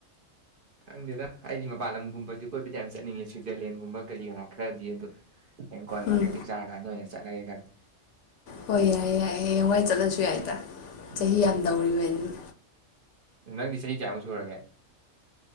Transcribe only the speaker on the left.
ꯎꯝ
ꯍꯣꯏ ꯌꯥꯏꯑꯌꯦ ꯌꯥꯏꯌꯦ ꯍꯌꯦꯡꯋꯥꯏ ꯆꯠꯂꯁꯨ ꯌꯥꯏꯗ
ꯆꯍꯤ ꯌꯥꯝ ꯅꯧꯔꯤꯕꯅꯤ